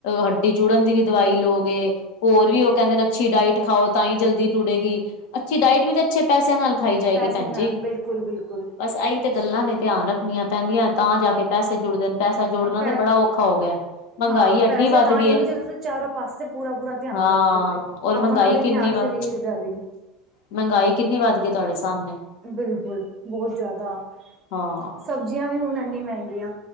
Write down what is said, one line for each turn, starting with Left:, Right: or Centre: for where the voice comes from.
Left: ਹੱਡੀ ਜੋੜਨ ਦੀ ਵੀ ਦਵਾਈ ਲਓਗੇ ਹੋਰ ਵੀ ਉਹ ਕਹਿੰਦੇ ਨੇ ਅੱਛੀ ਡਾਇਟ ਖਾਓ ਤਾਂ ਹੀ ਜਲਦੀ ਟੁੜੇਗੀ ਅੱਛੀ ਡਾਇਟ ਵੀ ਤਾਂ ਅੱਛੇ ਪੈਸਿਆਂ ਨਾਲ ਖਾਈ ਜਾਏਗੀ
Right: ਪੈਸੇ
Left: ਭੈਣ
Right: ਨਾਲ
Left: ਜੀ
Right: ਬਿਲਕੁਲ ਬਿਲਕੁਲ
Left: ਬਸ ਇਹੀ ਤੇ ਗੱਲਾਂ ਨੇ ਧਿਆਨ ਰੱਖਣੀਆਂ ਪੈਂਦੀਆਂ ਤਾਂ ਜਾ ਕੇ ਪੈਸੇ ਜੁੜਦੇ ਨੇ ਪੈਸਾ ਜੋੜਨਾ
Right: ਹਾਂ ਪੈ
Left: ਤੇ ਬੜਾ ਔਖਾ ਹੋ ਗਿਆ ਮਹਿੰਗਾਈ
Right: ਹਾਂ
Left: ਐਡੀ
Right: ਪੈਸੇ
Left: ਵੱਧ
Right: ਤਾਂ
Left: ਗਈ
Right: ਜੋ ਹੋਣਗੇ
Left: ਹੈ
Right: ਜਦੋਂ ਤੁਸੀਂ ਚਾਰੋਂ ਪਾਸੇ ਪੂਰਾ ਪੂਰਾ ਧਿਆਨ
Left: ਹਾਂ
Right: ਰੱਖੋਗੇ
Left: ਔਰ ਮਹਿੰਗਾਈ
Right: ਆਪਣਾ ਵੀ
Left: ਕਿੰਨੀ
Right: ਧਿਆਨ
Left: ਵ
Right: ਸਰੀਰ ਦਾ ਵੀ
Left: ਮਹਿੰਗਾਈ ਕਿੰਨੀ ਵੱਧ ਗਈ ਤੁਹਾਡੇ ਸਾਹਮਣੇ
Right: ਬਿਲਕੁਲ ਬਹੁਤ ਜ਼ਿਆਦਾ
Left: ਹਾਂ
Right: ਸਬਜ਼ੀਆਂ ਵੀ ਹੁਣ ਇਨੀ ਮਹਿੰਗੀਆਂ